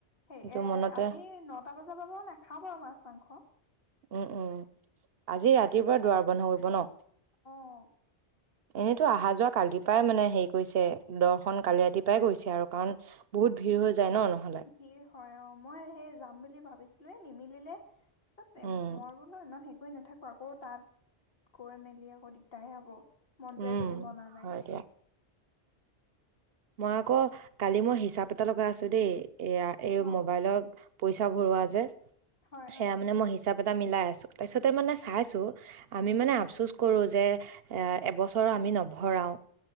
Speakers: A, on the left; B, on the right.
A: সেই
B: এইটো
A: এ
B: মনতে
A: আজি নটা বজাত কেতিয়াবা বাৰু নাখাওঁ মাছ মাংস
B: উম উম আজি ৰাতিপুৱা দুৱাৰ বন্ধ কৰিব নহঁ
A: অহঁ
B: এনেইতো অহা যোৱা কালিৰ পৰাই মানে হেৰি কৰিছে দৰ্শন কালি ৰাতিপুৱাই গৈছে আৰু কাৰণ বহুত ভিৰ হৈ যায় নহ নহ'লে
A: ভিৰ হয় অহঁ মই সেই যাম বুলি ভাবিছিলো এ নিমিলিলে পিছত
B: উম
A: মই বোলো ইমান হে কৰি নাথাকো আকৌ তাত গৈ মেলি আকৌ দিগদাৰ হব। মনটোৱে
B: উম
A: যদি মনা নাই।
B: হয় দিয়া মই আকৌ কালি মই হিচাপ এটা লগাই আছোঁ দেই এয়া এই
A: ন
B: মোবাইলৰ পইচাঁ ভৰোৱা যে
A: হয়
B: সেয়া
A: অ
B: মানে মই হিচাপ এটা পইচা মিলাই আছোঁ, পইচা ত মানে চাইছোঁ আমি মানে আপচোছ কৰোঁ যে এবছৰ আমি নভৰাওঁ